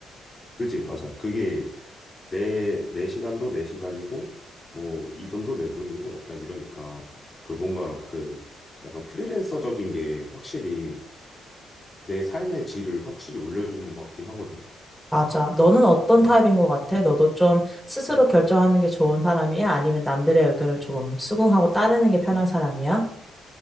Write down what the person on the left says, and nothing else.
그지, 맞아. 그게 내, 내 시간도 내 시간이고, 뭐, 이 돈도 내 돈이고, 약간 이러니까, 그 뭔가 그, 약간 프리랜서적인 게 확실히 내 삶의 질을 확실히 올려주는 것 같긴 하거든.